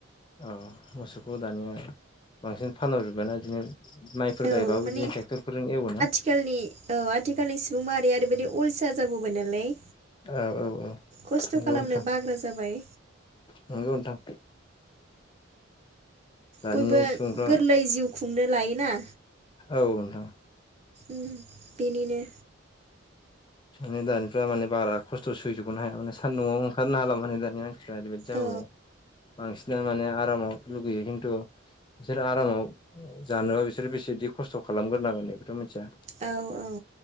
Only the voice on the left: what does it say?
औ मोसौखौ दानिया बांसिन फानहरजोबबाय ना बिदिनो। माइफोर
गायबाबो
बिदिनो ट्रेक्टरफोरजों एवोना।
औ औ औ
नंगौ
नोंथां
नंगौ नोंथां। दानि
सुबुंफ्रा
औ नोंथां।
माने दानिफ्रा माने बारा खस्थ' सैजखौनो हाया माने सान्दुंआवबो ओंखारनो हाला माने दानिया। प्राइभेट जाबोबाय
बांसिनानो माने आरामाव लुगैयो खिन्थु बिसोरो आरामाव जानोबा बिसोरो बेसेदि खस्थ' खालामग्रोनांगोन बेखौथ' मिथिया।